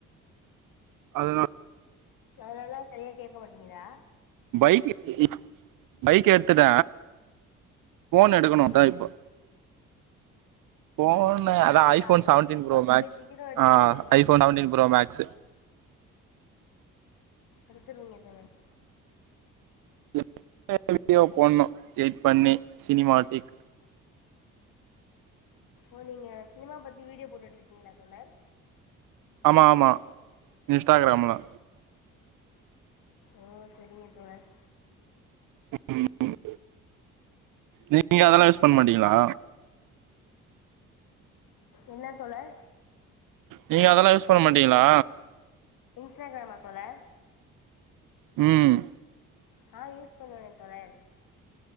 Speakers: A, on the right (about 60°); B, on the left (about 65°).
A: அதனா
B: அதனால சரியா கேக்க மாட்டிங்குதா
A: பைக் க் பைக் எடு த்துட போன் எடுக்கணு
B: ம்
A: அதா இப்போ போன்னு அதா
B: உங்களோட
A: ஐபோ
B: ஆச
A: செவன்டீன் ப்ரோ
B: கூடிய
A: மேக்ஸ்
B: சீக்கிரோ எடுத்துருவீங்க
A: ஆ
B: தோழர்
A: ஐபோன் செவன்டீன் ப்ரோ மேக்ஸ்
B: எடுத்துருவீங்க தோழர்
A: இல்ல வீடியோ போனு எட் பண்ணி சினிமா டேக்
B: ஓ நீங்க சினிமா பத்தி வீடியோ போட்டுட்டு இருக்கீங்களா தோழர்
A: ஆமா ஆமா இஸ்டாகிராம்லா
B: ஓ செரிங்க தோழர்
A: ம் ம் நீங்க அதெல்லா யூஸ் பண்ண மாட்டீங்களா
B: என்னா தோழர்
A: நீங்க அதெல்லா யூஸ் பண்ண மாட்டீங்களா
B: இன்ஸ்டாகிராமா தோழர்
A: ம்
B: ஆ யூஸ் பண்ணுவனே தோழர்